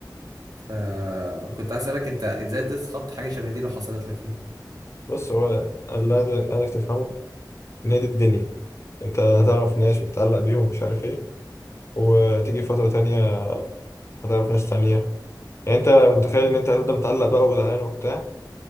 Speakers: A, on the right; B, on the left.
A: فكنت عايز اسالك انت ازاي تتخطى حاجه شبه دي لو حصلت لك يعني
B: بص هو اللي عايز- عايزك تفهمه ان هي دي الدنيا انت هتعرف
A: امم
B: ناس وتتعلق بيهم ومش عارف ايه وتيجي فتره تانية هتعرف ناس تانية يعني انت متخيل ان انت هتفضل متعلق بقى وزعلان وبتاع